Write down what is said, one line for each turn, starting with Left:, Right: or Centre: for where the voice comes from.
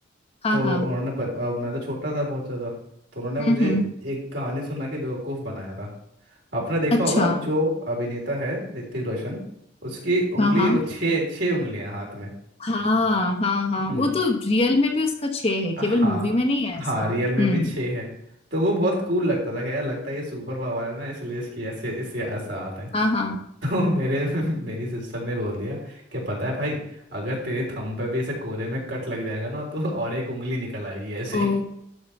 Left: हाँ
Right: तो
Left: हाँ
Right: उन्होंने ब... अब मैं तो छोटा था बहुत ज़्यादा तो उन्होंने मुझे
Left: हम्म हम्म
Right: एक कहानी सुना के बेवकूफ़ बनाया था आपने देखा
Left: अच्छा
Right: होगा जो अभिनेता है ऋतिक रोशन उसकी उंगली
Left: हाँ हाँ
Right: वो छः छः उंगलियां हाथ में
Left: हाँ हाँ हाँ
Right: हम्म,
Left: वो तो रियल में भी उसका छह है
Right: हाँ
Left: केवल मूवी में नहीं है ऐसा
Right: हाँ रियल में
Left: हम्म
Right: भी छः है तो वो बहुत कूल लगता था कि यार लगता है ये सुपर पावर है ना इसलिए इसकी ऐसे ऐसे ऐसा आता है <laughs>
Left: हाँ हाँ
Right: तो मेरे मेरी सिस्टर ने बोल दिया कि पता है भाई अगर तेरे थंब पे भी ऐसे कोने में कट लग जाएगा ना तो और एक उंगली निकल आएगी ऐसे
Left: ओ
Right: ही